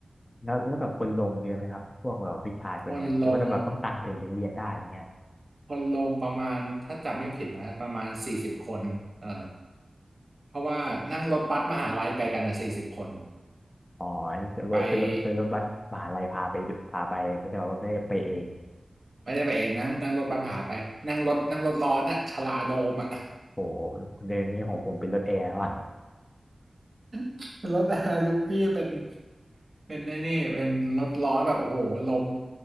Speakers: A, on the left; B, on the right.
A: แล้วแล้วแบบคนลงเยอะไหมครับพวกแบบวิชาตัวเนี้ยหรือว่าจะแบบต้องตังถึงถึงเรียนได้อะไรเงี้ย
B: คนลง คนลงประมาณถ้าจำไม่ผิดนะประมาณสี่สิบคนเออเพราะว่านั่งรถบัสมหาลัยไปกันอ่ะสี่สิบคน
A: อ๋ออันนี้คือรถคือรถคือรถบัสมหาลัยพาไปพาไปไม่ได้ว่าไม่ได้ไปเอง
B: ไปไม่ได้ไปเองนั่งนั่งรถบัสมหาไปนั่งรถนั่งรถร้อนอะชลาโดมอะ
A: โอ้เดือนนี้ของผมเป็นรถแอร์แล้วอ่ะ
B: <laughs> เป็นรถยุคพี่เป็นเป็นไอ้นี่เป็นรถร้อนแบบโอ้โหลม